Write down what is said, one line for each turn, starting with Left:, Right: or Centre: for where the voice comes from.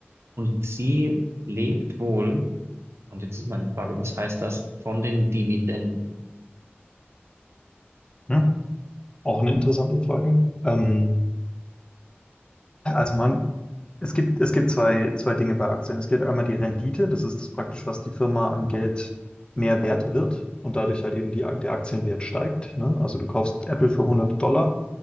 Right: Und sie lebt wohl, und jetzt ist meine Frage, was heißt das, von den Dividenden?
Left: Ja. Auch eine interessante Frage. Ähm, also man, es gibt, es gibt zwei, zwei Dinge bei Aktien. Es gibt einmal die Rendite, das ist das praktisch, was die Firma an Geld mehr wert wird und dadurch halt eben die, der Aktienwert steigt, ne? Also du kaufst Apple für hundert Dollar,